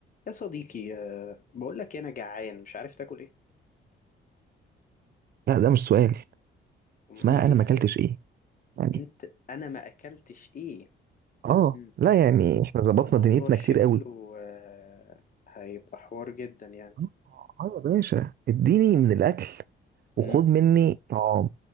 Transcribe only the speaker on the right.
لا ده مش سؤال
اسمها
انا
ما اكلتش ايه يعني
اه
لا يعني احنا ظبطنا
دنيتنا
كتير قوي
اه آه يا باشا اديني من الاكل وخد
مني طعام